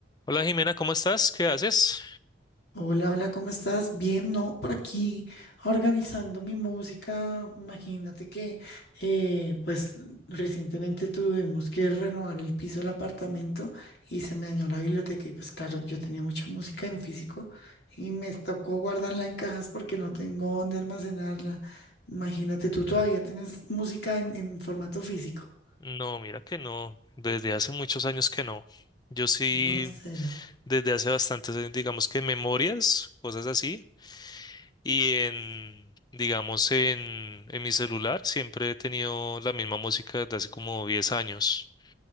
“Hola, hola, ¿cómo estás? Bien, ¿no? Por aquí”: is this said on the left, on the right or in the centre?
Left